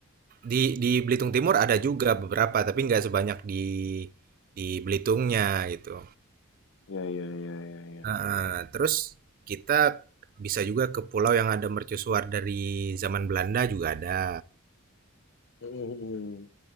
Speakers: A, on the right; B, on the left.
A: Di di Belitung Timur ada juga beberapa tapi nggak sebanyak di di Belitungnya gitu.
B: Ya, ya, ya, ya, ya.
A: Heeh. Terus kita bisa juga ke pulau yang ada mercusuar dari zaman Belanda juga ada.
B: Hmm,